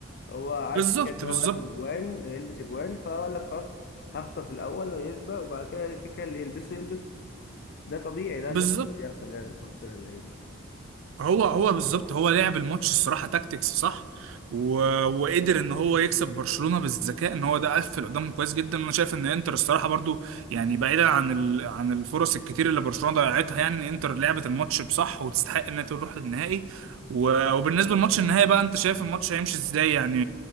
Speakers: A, on the left; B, on the right.
A: هو عارف
B: بالظبط
A: كده كده ان
B: بالظبط
A: هو هياخد اجوان هيلبس اجوان فقال لك خلاص هخطف الاول يسبق وبعد كده كده كده اللي يلبسه يلبسه ده طبيعي ده
B: بالظبط
A: لازم اللي يحصل يعني قصاد فرقه زي دي
B: هو هو بالظبط هو لعب الماتش الصراحه تاكتكس صح و... وقدر ان هو يكسب برشلونه بالذكاء ان هو ده قفل قدامه كويس جدا وانا شايف ان انتر الصراحه برضو يعني بعيدا عن ال... عن الفرص الكتير اللي برشلونه ضيعتها يعني ان انتر لعبت الماتش بصح وتستحق انها تروح للنهائي و... وبالنسبه لماتش النهائي بقى انت شايف الماتش هيمشي ازاي يعني